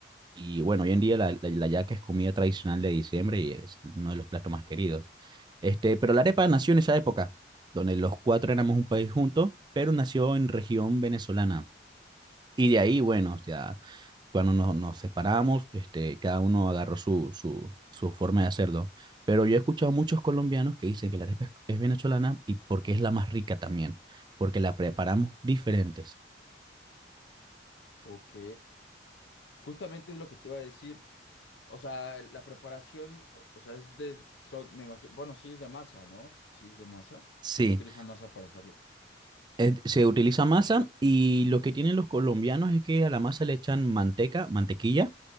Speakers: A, on the right (about 25°); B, on the left (about 70°).
A: Y bueno, hoy en día la, la, la yaca es comida tradicional de diciembre y es uno de los platos más queridos. Este, pero la arepa nació en esa época, donde los cuatro éramos un país juntos, pero nació en región venezolana. Y de ahí, bueno, o sea, cuando nos, nos separamos, este, cada uno agarró su, su, su forma de hacerlo. Pero yo he escuchado muchos colombianos que dicen que la arepa es, es venezolana y porque es la más rica también, porque la preparamos diferentes.
B: Ok, justamente es lo que te iba a decir. O sea, la preparación, o o sea, es de, son, me imagino, bueno, sí es de masa, ¿no? Sí es de masa.
A: Sí.
B: Se utiliza masa para hacerlo.
A: Eh, se utiliza masa y lo que tienen los colombianos es que a la masa le echan manteca, mantequilla,